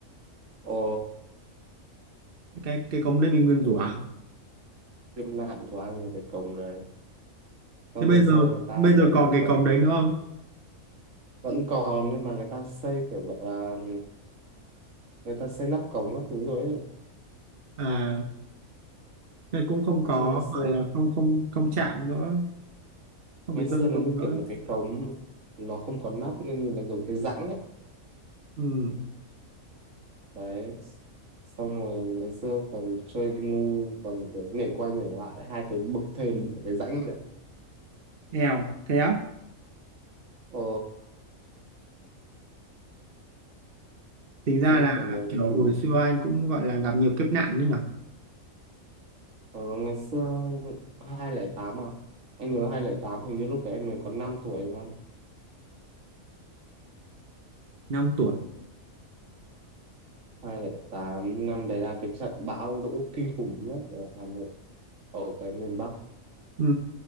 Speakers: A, on the right (about 65°); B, on the right (about 45°).
A: ồ
B: cái cái cổng đấy mình nguyên
A: khổ
B: rủa à?
A: kiếp nạn của anh là cái cổng đấy xong
B: thế bây
A: về sau
B: giờ
A: người ta
B: bây
A: lại
B: giờ
A: đậy
B: còn
A: nắp
B: cái
A: cống
B: cổng đấy nữa không
A: vẫn còn nhưng mà người ta xây kiểu gọi là người ta xây nắp cống các thứ rồi ấy.
B: à thế cũng không có
A: chứ ngày xưa
B: gọi là không không không
A: ừ.
B: chạm nữa không
A: ngày
B: bị
A: xưa
B: dâm
A: nó
B: xuống
A: như
B: nữa
A: kiểu một cái cống nó không có nắp nên nhìn là giống cái rãnh ấy
B: ừ
A: đấy xong rồi ngày xưa còn chơi ngu còn kiểu nhảy qua nhảy lại hai cái bậc thềm của cái rãnh đấy
B: nghèo thế á
A: ờ
B: tính ra
A: anh
B: là
A: còn nhớ
B: kiểu
A: cái kỷ
B: hồi
A: niệm
B: xưa anh cũng gọi là gặp nhiều kiếp nạn đấy nhở
A: ờ, ngày xưa hai không không tám à anh nhớ hai không không tám hình như lúc đấy em mới có 5 tuổi đúng không
B: năm tuổi
A: 208 tám năm đấy là cái trận bão lũ kinh khủng nhất ở Hà Nội ở cái miền Bắc
B: ừ